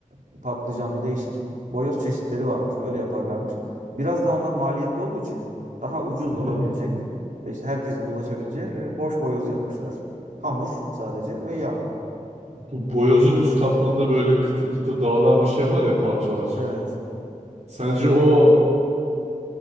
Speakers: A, on the right; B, on the right.
A: e, patlıcanlı değişik boyoz çeşitleri varmış. Öyle yaparlarmış. Biraz da onlar maliyetli olduğu için daha ucuz
B: Hı hı.
A: olabilecek ve işte herkesin ulaşabileceği e, boş boyoz yapmışlar. Hamur sadece ve yağ.
B: Bu boyozun üst katmanında böyle kıtır kıtır dağılan bir şey var ya parçalar.
A: Evet.
B: Sence o